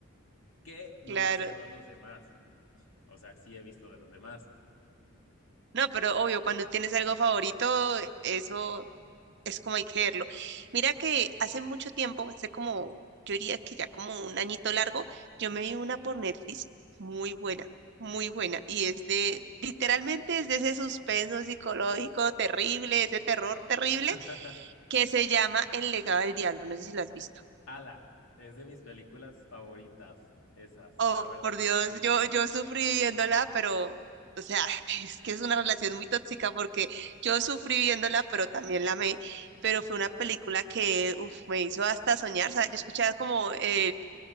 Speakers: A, on the left (about 85°); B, on the right (about 55°).
A: que no
B: Claro.
A: me cierro a los demás, o sea, sí he visto de los demás.
B: No, pero obvio, cuando tienes algo favorito, eso es como hay que verlo. Mira que hace mucho tiempo, hace como, yo diría que ya como un añito largo, yo me vi una por Netflix muy buena, muy buena. Y es de, literalmente es de ese suspenso psicológico terrible, ese terror terrible,
A: <laughs>
B: que se llama El legado del diablo. No sé si lo has visto.
A: Ala, es de mis películas favoritas, esas,
B: Oh,
A: la verdad,
B: por Dios,
A: sí.
B: yo, yo sufrí viéndola, pero, o sea, <laughs> es que es una relación muy tóxica porque yo sufrí viéndola, pero también la amé, pero fue una película que, uf, me hizo hasta soñar, o sea, yo escuchaba como eh,